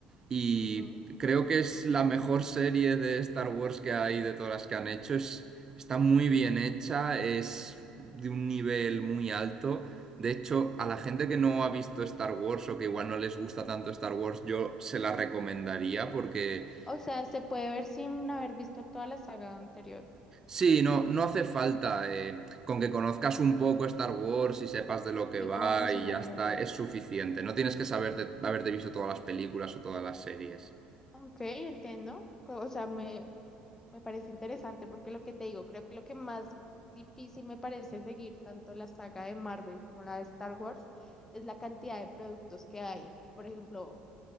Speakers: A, on the right (about 30°); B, on the left (about 25°).
A: Y
B: Ujú.
A: creo que es la mejor serie de Star Wars que hay de todas las que han hecho. Es, está muy bien hecha, es de un nivel muy alto. De hecho, a la gente que no ha visto Star Wars o que igual no les gusta tanto Star Wars, yo se la recomendaría porque
B: O sea, se puede ver sin haber visto toda la saga anterior
A: sí, no, no hace falta. eh, con que conozcas un poco Star Wars y sepas de lo que
B: y
A: va
B: cómo funciona
A: y ya
B: el
A: está,
B: mundo.
A: es suficiente. No tienes que saber de- haberte visto todas las películas o todas las series.
B: Ok, entiendo. Co- O sea, me, Me parece interesante porque lo que te digo, creo que lo que más difícil me parece seguir tanto la saga de Marvel como la de Star Wars es la cantidad de productos que hay. Y por ejemplo,